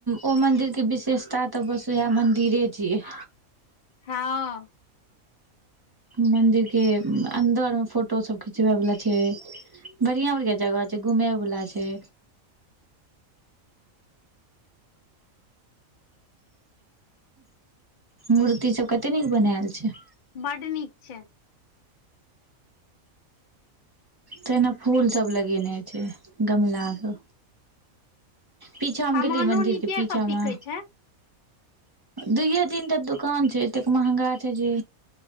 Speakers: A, on the right (about 20°); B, on the left (about 45°).
A: ओ मन्दिरके विशेषता तऽ'बस उएह मन्दिरे छियै।
B: हँ।
A: मंदिर के अन्दर में फोटो सब खिचबे वला छै। बढ़िया बढ़िया जगह छै घूमे वला छै। मूर्तिसभ कतेक नीक बनायल छै।
B: बड नीक छै।
A: तऽ'हिना फूलसभ लगेने छै। गमलाकँ पीछामे
B: सामानो
A: गेलियै। मन्दिरके
B: नीके
A: पीछामे
B: सब बिकै छै
A: दुूए दिन तऽ'दुकान छै। एतेक महंगा छै। जे